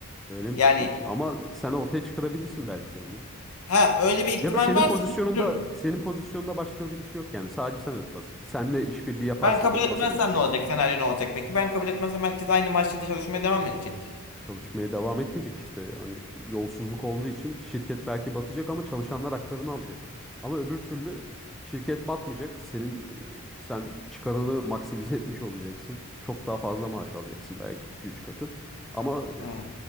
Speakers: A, in the centre; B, on the left.
A: öyle mi
B: Yani
A: düşünüyorsun? Ama sen ortaya çıkarabilirsin belki de bunu.
B: ha öyle bir ihtimal
A: Ya da senin
B: varsa
A: pozisyonunda
B: düşünürdüm.
A: senin pozisyonunda başka birisi yok yani. Sadece sen örtbas. Seninle işbirliği yaparsa
B: Ben kabul
A: örtbas
B: etmezsem
A: edebilecek.
B: ne olacak? Senaryo ne olacak peki? Ben kabul etmezsem herkes aynı maaşla çalışmaya devam edecek.
A: Çalışmaya devam etmeyecek işte. Hani yolsuzluk olduğu için şirket belki batacak ama çalışanlar haklarını alacak. Ama öbür türlü şirket batmayacak. Senin e, sen çıkarını maksimize <laughs> etmiş olacaksın. Çok daha fazla maaş alacaksın belki iki üç katı. Ama
B: Hmm.